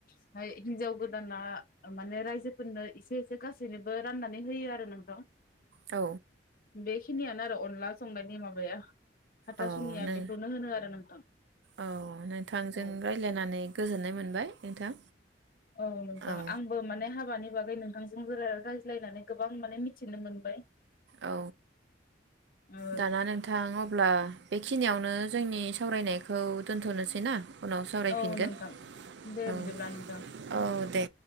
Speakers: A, on the left; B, on the right.
A: ओमफ्राय हिनजाव गोदाना माने रायजोफोरनो एसे एसे गासैनोबो राननानै होयो आरो नोंथां
B: औ।
A: बेखिनियानो आरो अनला संनायनि माबाया हाथासुनिया
B: औ नों
A: बेखौनो होनो आरो नोंथां
B: औ नोंथांजों
A: औ
B: रायज्लायनानै गोजोननाय मोनबाय नोंथां।
A: औ नोंथां
B: औ
A: आंबो माने हाबानि बागै नोंथांजों राय मिलायनानै गोबां माने मिथिनो मोनबाय।
B: औ
A: ओ
B: दाना नोंथां अब्ला बेखिनियावनो जोंनि सावरायनायखौ दोन्थ'नोसै ना? उनाव सावरायफिनगोन
A: औ नोंथां दे
B: औ
A: बिदिब्ला नोंथां।
B: औ दे